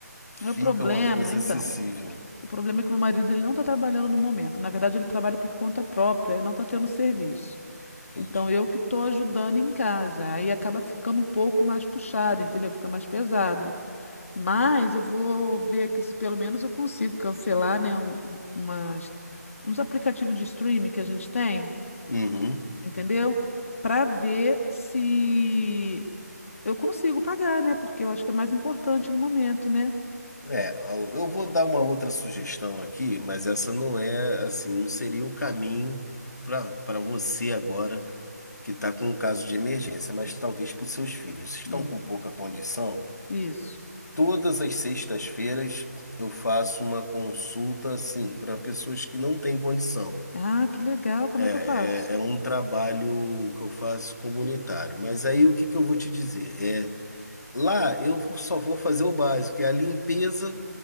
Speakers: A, on the left (about 75°); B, on the left (about 50°).
A: fica
B: é o problema,
A: uma coisa
B: então.
A: acessível.
B: O problema é que meu marido ele não está trabalhando no momento. Na verdade, ele trabalha por conta própria e não está tendo serviço.
A: Entendi.
B: Então, eu que estou ajudando em casa. Aí acaba ficando um pouco mais puxado, entendeu? Fica mais pesado. Mas eu vou ver aqui se pelo menos eu consigo cancelar, né, um, umas, uns aplicativos de streaming que a gente tem,
A: Uhum.
B: entendeu? Para ver se eu consigo pagar, né? Porque eu acho que é mais importante no momento, né?
A: É, eu eu vou dar uma outra sugestão aqui, mas essa não é assim, não seria o caminho para para você agora que está com um caso de emergência, mas talvez para os seus filhos. Vocês Estão
B: Hum,
A: com pouca condição?
B: isso.
A: Todas as sextas-feiras eu faço uma consulta assim para pessoas que não têm condição.
B: Ah, que legal. Como
A: É,
B: é que eu faço?
A: é, é um trabalho que eu faço comunitário. Mas aí o que que eu vou te dizer? É, lá eu só vou fazer o básico, que é a limpeza